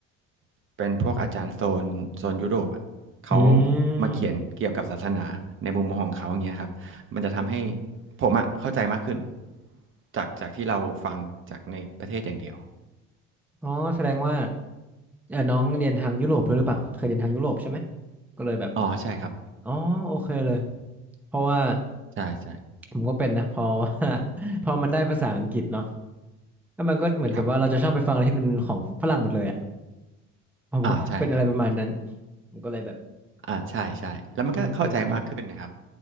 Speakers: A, on the right; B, in the centre.
A: เป็นพวกอาจารย์โซนโซนยุโรปอ่ะเขา
B: อื
A: มาเขียนเกี่ยวกับศาสนาในมุมมองของเขาอย่างเงี้ยครับมันจะทำให้
B: ม
A: ผมอ่ะเข้าใจมากขึ้นจากจากที่เราฟังจากในประเทศอย่างเดียว
B: อ๋อแสดงว่าเออน้องเรียนทางยุโรปด้วยหรือเปล่าเคยเรียนทางยุโรปใช่ไหมก็เลยแบบ
A: อ๋อใช่ครับ
B: อ๋อโอเคเลยเพราะว่า
A: ใช่ใช่
B: ผมก็เป็นนะพอ <laughs> พอมันได้ภาษาอังกฤษเนาะแล้วมันก็เหมือนกับว่าเราจะชอบไปฟังอะไรที่เป็นของฝรั่งหมดเลยอ่ะ
A: ครับ
B: ผมก็
A: อ่าใช่ครับ
B: <laughs> เป็นอะไรประมาณนั้นผมก็เลยแบบ
A: อ่าใช่ใช่แล้วมันก็เข้าใจมากขึ้นนะครับ
B: อืมก็เลยเข้าใจ